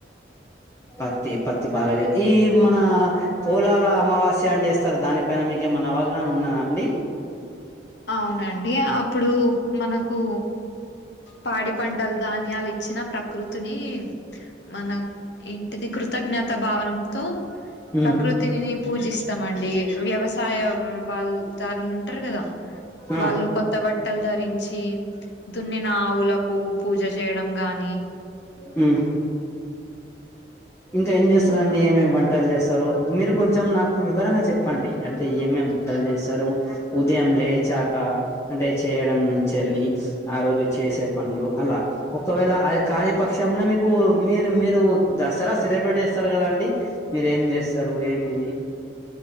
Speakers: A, on the left; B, on the left.
A: పత్తి పత్ తి బాగా ఏ <unintelligible> మన పోలా లా అమావాస్యా అని చేస్తారు దానిపైన మీకు ఏమనా అవగాహన ఉన్నాదా అండి
B: అవునండి అప్పుడు మనకు పాడి పంటలు ధాన్యాలు ఇచ్చిన ప్రకృతిని మన ఇ ది కృతజ్ఞత భావనంతో
A: ఉమ్
B: ప్రకృతినిని పూజిస్తామండి వ్యవసాయ వాళ్ళ దారులు ఉంటారు కదా
A: ఆ
B: వాళ్ళు కొత్త బట్టలు ధరించి దున్నిన ఆవులకు పూజ చేయడం గానీ
A: హ్మ్ ఇంకా ఏం చేస్తారండి ఏమేమి వంటల చేస్త స్తారు మీరు కొంచెం నాకు వివరంగా చెప్పండి అంటే ఏమేమి వంటలు చేస్తారు ఉదయం లేచాక అంటే చేయడం నుంచి వెళ్ి ఆ రోజు చేసే పనులు అలా ఒకవేళ ఆొ కానీపక్షంలో మీకు మీరు మీరు దసరా సెలబ్రేట్ చేస్తారు కదండి మీర ఏం చేస్తారు ఏంటిది